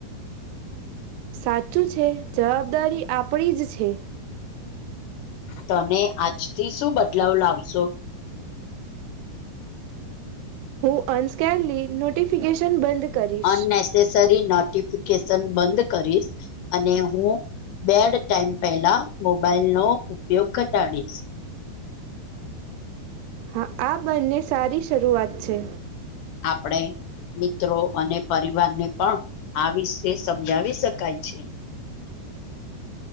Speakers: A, on the right (about 90°); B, on the left (about 80°).
A: સાચું છે, જવાબદારી આપણી જ છે.
B: તને આજથી શું બદલાવ લાવશો?
A: હું અનસ્કેનલી નોટિફિકેશન બંધ કરીશ
B: અનનેસેસરી નોટિફિકેશન બંધ કરીશ. અને હું બેડ ટાઈમ પહેલા મોબાઈલનો ઉપયોગ ઘટાડીશ.
A: હા આ બંને સારી શરૂઆત છે.
B: આપડે મિત્રો અને પરિવારને પણ આ વિશે સમજાવી શકાય છે.